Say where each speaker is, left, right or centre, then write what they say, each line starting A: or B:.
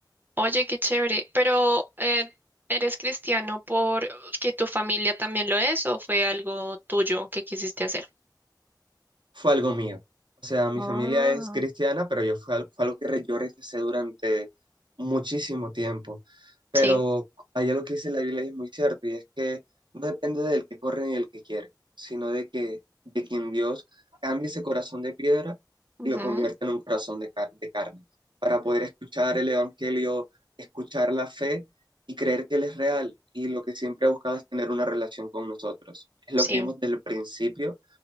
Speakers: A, on the right (about 25°); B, on the right (about 85°).
A: Oye, qué chévere. Pero, eh, ¿eres cristiano por que tu familia también lo es o fue algo tuyo que quisiste hacer?
B: fue algo mío. O sea, mi
A: Ah,
B: familia es cristiana, pero yo fue, al- fue algo que re- yo rechacé durante muchísimo tiempo. Pero
A: sí,
B: allá lo que dice la Biblia y es muy cierto, y es que no depende del que corre ni del que quiere, sino de que de quien Dios cambie ese corazón de piedra
A: ujú,
B: y lo convierta en un corazón de, car- de carne, para poder escuchar el Evangelio, escuchar la fe y creer que Él es real. Y lo que siempre ha buscado es tener una relación con nosotros. Es lo
A: sí,
B: que vimos del principio